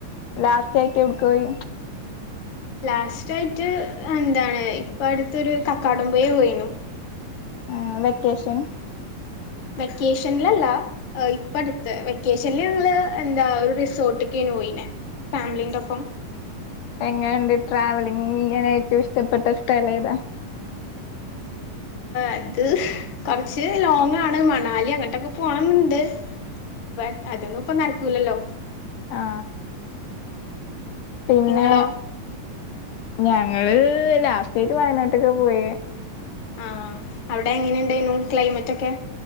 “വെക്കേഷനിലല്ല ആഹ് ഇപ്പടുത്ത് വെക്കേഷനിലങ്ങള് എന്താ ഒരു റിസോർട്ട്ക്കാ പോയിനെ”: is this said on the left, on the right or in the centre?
Left